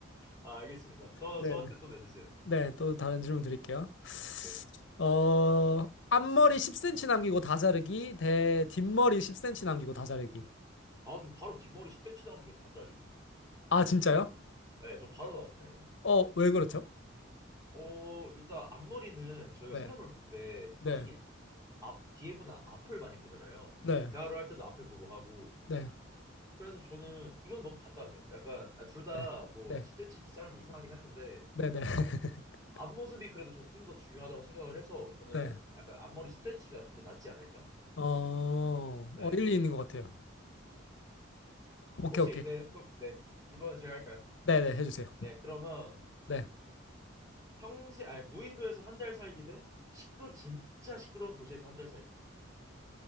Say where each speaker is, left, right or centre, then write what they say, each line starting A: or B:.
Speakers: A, on the right; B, on the left.
A: 아 알겠습니다. 저
B: 네
A: 저한테
B: 네. 네,
A: 또 내주세요.
B: 네, 네, 또 다른 질문 드릴게요.
A: 네.
B: 어, 앞머리 10cm 남기고 다 자르기, 대 뒷머리 10cm 남기고 다 자르기.
A: 아 좀 바로 뒷머리 10cm 남기고 다 자르기.
B: 아, 진짜요?
A: 네, 저 바로 나옵니다 이거는.
B: 어, 왜 그렇죠?
A: 어 일단 앞머리는 저희가
B: 네,
A: 사람을 볼 때
B: 네,
A: 솔직히 앞 뒤에보다 앞을 많이 보잖아요.
B: 네,
A: 대화를 할 때도 앞에 보고 하고
B: 네,
A: 그래서 저는 이건 너무 간단한데요. 약간 아, 둘다
B: 네,
A: 뭐
B: 네,
A: 10cm 자르면 이상하긴 할 텐데
B: 네, 네, <laughs>
A: 앞모습이 그래도 저는 좀 더 중요하다고 생각을 해서 저는
B: 네.
A: 약간 앞머리 10cm가 좀 더 낫지 않을까.
B: 어,
A: 네.
B: 어, 일리 있는 것 같아요. 오케이,
A: 혹시
B: 오케이.
A: 네, 그, 네, 그- 이번엔 제가 할까요?
B: 네네, 해주세요.
A: 네, 그러면
B: 네.
A: 평생 아니 무인도에서 한 달 살기 대 시끄러 진짜 시끄러운 도시에서 한 달 살기.